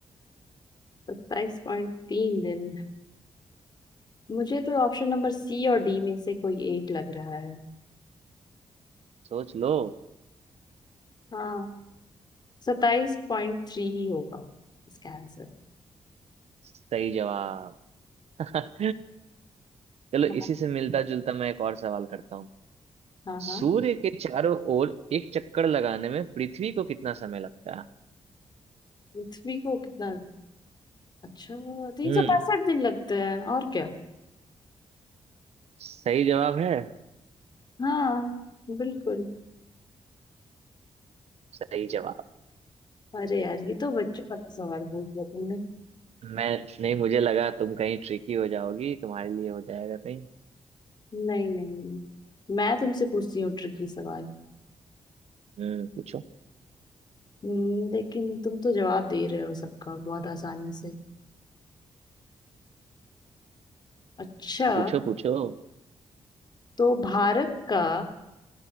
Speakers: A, on the left; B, on the right.
A: सत्ताईस पॉइंट तीन दिन मुझे तो ऑप्शन नंबर सी और डी में से कोई एक लग रहा है
B: सोच लो
A: हाँ सत्ताईस पॉइंट थ्री ही होगा इसका आंसर
B: सही जवाब <laughs> चलो
A: हाँ
B: इसी से मिलता जुलता मैं एक और सवाल करता हूँ
A: हाँ हाँ
B: सूर्य के चारों ओर एक चक्कर लगाने में पृथ्वी को कितना समय लगता है
A: पृथ्वी को कितना अच्छा तीन
B: हम्म
A: सौ पैंसठ दिन लगते हैं और क्या
B: सही जवाब है
A: हाँ बिल्कुल
B: सही जवाब
A: अरे यार ये तो बच्चों वाला सवाल पूछ लिया तुमने
B: मैं नहीं मुझे लगा तुम कहीं ट्रिकी हो जाओगी तुम्हारे लिए हो जाएगा कहीं
A: नहीं नहीं नहीं। मैं तुमसे पूछती हूँ ट्रिकी सवाल
B: हम्म पूछो
A: हम्म, लेकिन तुम तो जवाब दे रहे हो सबका बहुत आसानी से अच्छा
B: पूछो पूछो
A: तो भारत का